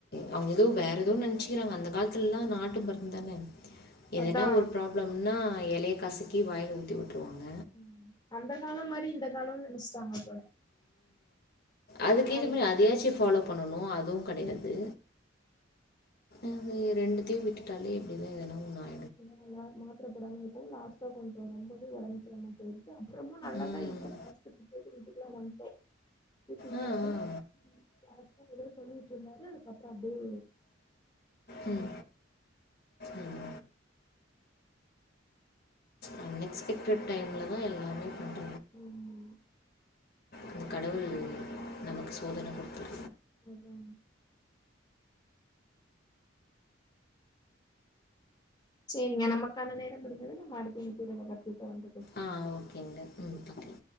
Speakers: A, on the left; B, on the left.
A: அவுங்க எதோ வேற எதோ நென்ச்சிக்கிறாங்க அந்த காலத்துல்லா நாட்டு மருந்தானே இது
B: அதா
A: என்னா ஒரு ப்ராபளம் ன்னா எலய கசக்கி வாயில ஊத்தி வுட்ருவாங்க
B: ம் அந்த காலம் மாரி இந்த காலமு நனச்சுட்டாங்க போல
A: அதுக்குகே
B: என்ன ஆகுறது
A: மாறி அரிசி ஃபாலோ பண்ணனு அதுவு கடயாது அது ரெண்டுத்தயு விட்டுட்டாலே இப்டிதா எனா உ
B: நல்லா மாத்தர போடாம இருக்குவு லாஸ்டா கொஞ்சோ ரொம்பவே உடம்புக்குறாம போயிடுது அப்புறமு நல்லா
A: ம்.
B: தா இருந்தாங்க ஹாஸ்பிடல் போய்ட்டு கூட்டிடலா வந்தோ கூட்டிட்டு
A: ஆ,
B: வந்தோ
A: ஆ.
B: யார்ட்டயோ எதோ சொல்லிட்டு இருந்தாரு அதுக்கப்பறோ அப்டியே
A: உம் உம் அன் எக்ஸ்பெக்டட் டைம்ல தா எல்லாமே பண்ற
B: உம்
A: இந்த கடவுள் நமக்கு சோதன கொடுத்துற
B: அதா சரிங்க நமக்கான நேரோ முடிஞ்சது நம்ம அடுத்த <unintelligible> பேசலாம்
A: அ ஓகேங்க உம் ஒகே ஒகே